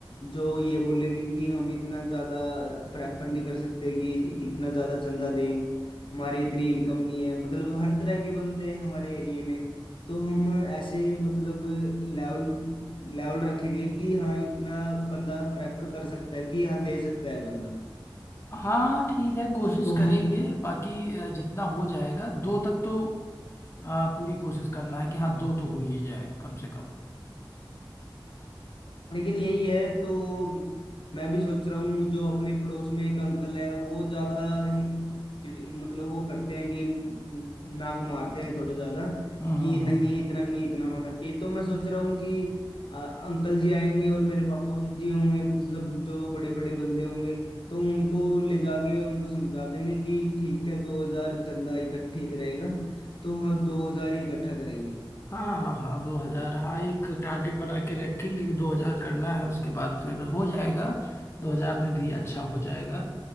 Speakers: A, on the left; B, on the left.
A: जो ये बोलेंगे कि हम इतना ज्यादा प्रेफर नहीं कर सकते कि इतना ज्यादा चंदा दें हमारी इतनी इनकम नहीं है मतलब हर तरह के बंदे हैं हमारे एरिया में तो हम ऐसे मतलब लेवल लेवल रखेंगे कि हाँ इतना बंदा प्रेफर कर सकता है कि हाँ दे सकता है बंदा
B: हाँ ठीक है कोशिश
A: तो हम
B: करेंगे बाकी अ, जितना हो जाएगा दो तक तो आ, पूरी कोशिश करना है कि हाँ दो तो हो ही जाए कम से कम
A: लेकिन यही है तो मैं भी सोच रहा हूँ जो अपने पड़ोस में एक अंकल है वो ज्यादा ही चिड़- मतलब वो करते हैं कि नाक मारते हैं थोड़े ज्यादा
B: हाँ हाँ
A: कि
B: हाँ
A: नहीं इतना नहीं इतना होना चाहिए तो मैं सोच रहा हूँ कि अ, अंकल जी आएंगे और मेरे पापा जी होंगे सब जो बड़े बड़े बंदे होंगे तो उनको ले जाके उनको समझा देंगे कि ठीक है दो हजार चंदा इकट्ठा ठीक रहेगा तो हम दो हजार ही इकट्ठा करेंगे
B: हाँ हाँ हाँ दो हजार हाँ एक टारगेट बना के रखेंगे कि दो हजार करना है उसके बाद फिर हो जाएगा दो हजार में भी अच्छा हो जाएगा